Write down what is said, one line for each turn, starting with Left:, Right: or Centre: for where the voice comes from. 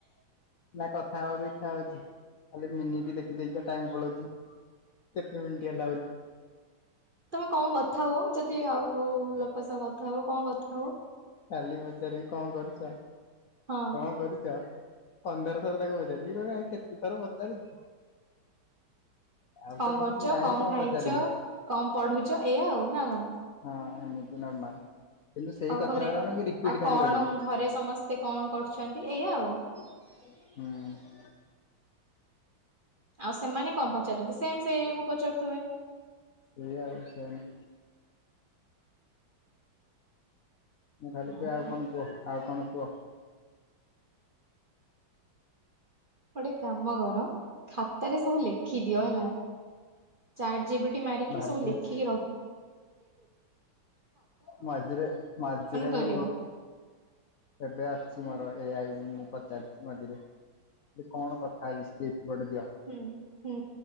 Left: ନା କଥା ହବାକୁ ଇଚ୍ଛା ହଉଛି ଖାଲି ମିନିଟ ଦେଖି ଦେଇକି ତ ଟାଇମ ପଳଉଛି କେତେ ମିନିଟ ହେଲା ବୋଲି
Right: ତମେ କଣ କଥା ହୁଅ ଯଦି ଆଉ କୋଉ ଲୋକ ସହ କଥା ହୁଅ କଣ କଥା ହୁଅ?
Left: ଖାଲି ପଚାରିବି କଣ କରୁଛ
Right: ହଁ
Left: କଣ କରୁଛ? ପନ୍ଦର ଥର ତାକୁ ପଚାରିବ ସିଏ କହିବ ଆରେ କେତେ ଥର ପଚାରୁଛି ଆଉ
Right: କଣ
Left: ତ କିଛି
Right: କରୁଛ
Left: ନାହିଁ
Right: କଣ ଖାଇଛ
Left: ପଚାରିବି।
Right: କଣ ପଢୁଛ ଏଇଆ ଆଉ ନା କଣ?
Left: ହଁ ଏମିତି ନର୍ମାଲ କିନ୍ତୁ ସେଇ
Right: ଆଉ
Left: କଥା
Right: ଘରେ
Left: ଗୁରା ନୁହଁ କି ରିପିଟ
Right: ଆଉ
Left: ଖାଲି
Right: କଣ
Left: କରିବି।
Right: ଘରେ ସମସ୍ତେ କଣ କରୁଛନ୍ତି ଏଇଆା ଆଉ
Left: ହୁଁ।
Right: ଆଉ ସେମାନେ କଣ ପଚାରନ୍ତି ସେମ ସେଇ ଆକୁ ପଚାରୁଥିବେ?
Left: ସେଇଆ ଆଉ ସେମ। ମୁଁ ଖାଲି
Right: ଓହୋ
Left: କୁହେ ଆଉ କଣ କୁହ ଆଉ କଣ କୁହ?
Right: ଗୋଟେ କାମ କର ଖାତାରେ ସବୁ ଲେଖିଦିଅ ହେଲା ଚାଟ ଜିବିଟି ମାରିକି
Left: ଭାବୁଛି
Right: ସବୁ ଲେଖିକି ରଖେ
Left: ମାଝିରେ ମାଝିରେ
Right: କରିବ
Left: ମୁ ଏବେ ଅଛି ମୋର ଏ ଆଇ ମୁଁ ପଚାରିଛିି ମଝିରେ ମୁ କଣ କଥା ହେବି <inaudible> ଗୋଟେ ଦିଅ
Right: ହୁଁ ହୁଁ